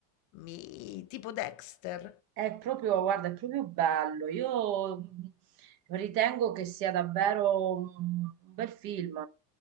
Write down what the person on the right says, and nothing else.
È proprio, guarda, è proprio bello. Io mh, ritengo che sia davvero un un bel film.